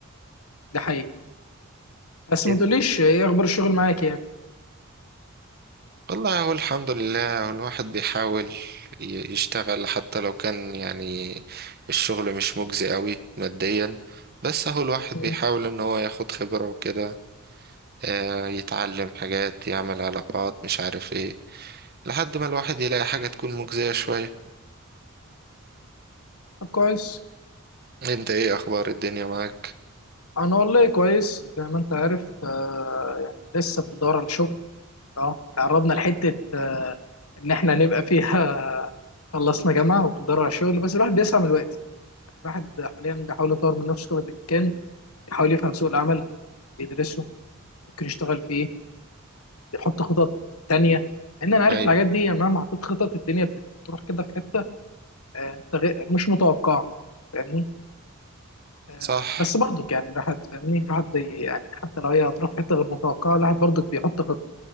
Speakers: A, on the left; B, on the right.
A: ده حقيقي بس ما
B: إيه-
A: تقوليش ايه اخبار الشغل معاك يعني
B: والله هو الحمد لله هو الواحد بيحاول ي- يشتغل حتى لو كان يعني الشغل مش مجزي قوي ماديا بس هو الواحد
A: مم.
B: بيحاول ان هو ياخد خبرة وكده آه، يتعلم حاجات يعمل علاقات مش عارف ايه لحد ما الواحد يلاقي حاجة تكون مجزية شوية
A: طب كويس
B: انت ايه اخبار الدنيا معاك
A: انا والله كويس زي ما انت عارف آه يعني لسه بندور على شغل اه قربنا لحته آه ان احنا نبقى فيها <laughs> خلصنا جامعه وبندور على شغل بس الواحد بيسعى من الوقت يعني الواحد حاليا بيحاول يطور من نفسه قدر الامكان بيحاول يفهم سوق العمل يدرسه ممكن يشتغل فيه يحط خطط تانية ان انا عارف
B: ايوه
A: الحاجات دي يعني مهما حطيت خطط الدنيا بتروح كده في حته آه، تغي- مش متوقع فاهمني آه،
B: صح
A: بس برضو يعني الواحد فاهمني الواحد بي يعني حتى لو هي هتروح في حته غير متوقعه الواحد برضو بيحط خطه